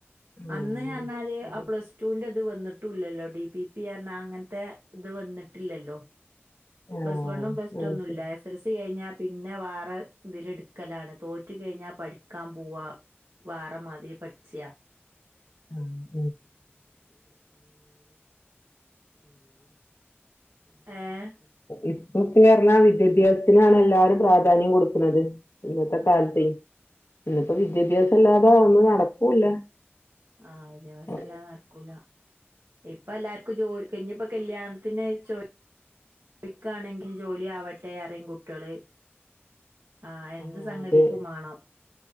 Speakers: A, on the left; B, on the right.
A: ഉം
B: അന്ന് പറഞ്ഞാല്
A: അതെ
B: ആ പ്ലസ് ടുവിന്റെ അത് വന്നി ട്ടുല്ലല്ലോ ഡി. പി. പി <unintelligible> അങ്ങനത്തെ ഇത് വന്നിട്ടില്ലല്ലോ
A: ആഹ്
B: പ്ലസ് വണ്ണും പ്ലസ്
A: അത്
B: ടു ഒന്നും
A: ശരി
B: ഇല്ല എസ്. എൽ. സി കഴിഞ്ഞാ പിന്നെ വേറെ ഇതില് എടുക്കലാണ് തോറ്റ് കഴിഞ്ഞാ പഠിക്കാൻ പോവാ വേറെ മാതിരി പഠിച്ചിയാ
A: <inaudible> <unintelligible> <unintelligible>
B: ഏഹ്
A: ഇപ്പൊക്കെ ർഞ്ഞ വിദ്യാഭ്യാസത്തിനാണ് എല്ലാരും പ്രാധാന്യം കൊടുക്ക്ണത്. ഇന്നത്തെ
B: ഉം
A: കാൽത്തെ
B: ഉം
A: ഇന്ന്പ്പോ വിദ്യാഭ്യാസല്ലാ ഇപ്പൊ ഒന്നും നടക്കൂല്ല.
B: ആ വിദ്യാഭ്യാസല്ലാതെ
A: ഉം
B: നടക്കൂല. ഇപ്പൊ എല്ലാർക്കും ജോലി ഇഞ്ഞ് പ്പോ കല്യാണത്തിനൊരു ചോ ട്ടിക്കാണെങ്കിൽ ജോലി ആവട്ടെ അറിം കുട്ട്യേള്. ആഹ എന്ത്
A: ആഹ്
B: സംഗതിക്കും
A: അതെ
B: മാണം.